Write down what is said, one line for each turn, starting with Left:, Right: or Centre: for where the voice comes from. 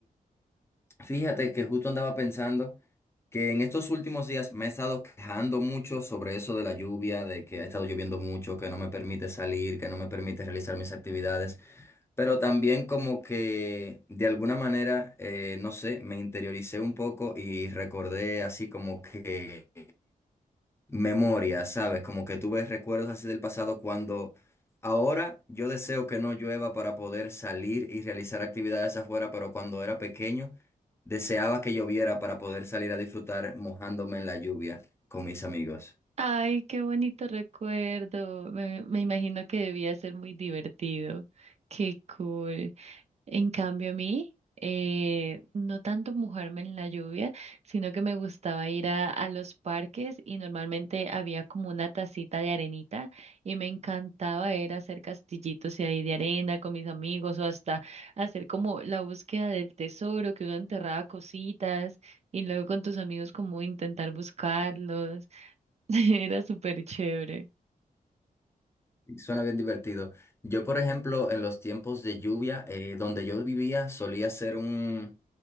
Left: Fíjate que justo andaba pensando que en estos últimos días me he estado quejando mucho sobre eso de la lluvia, de que ha estado lloviendo mucho, que no me permite salir, que no me permite realizar mis actividades, pero también como que de alguna manera, eh, no sé, me interioricé un poco y recordé así como que memoria, ¿sabes? Como que tú ves recuerdos así del pasado cuando ahora yo deseo que no llueva para poder salir y realizar actividades afuera, pero cuando era pequeño deseaba que lloviera para poder salir a disfrutar mojándome en la lluvia con mis amigos.
Right: Ay, qué bonito recuerdo. Me, me imagino que debía ser muy divertido. Qué cool. En cambio, a mí, eh, no tanto mojarme en la lluvia, sino que me gustaba ir a, a los parques y normalmente había como una tacita de arenita y me encantaba era hacer castillitos y ahí de arena con mis amigos o hasta hacer como la búsqueda del tesoro, que uno enterraba cositas y luego con tus amigos como intentar buscarlos. <laughs> Era súper chévere.
Left: Sí, Suena bien divertido. Yo, por ejemplo, en los tiempos de lluvia, eh, donde yo vivía, solía ser un,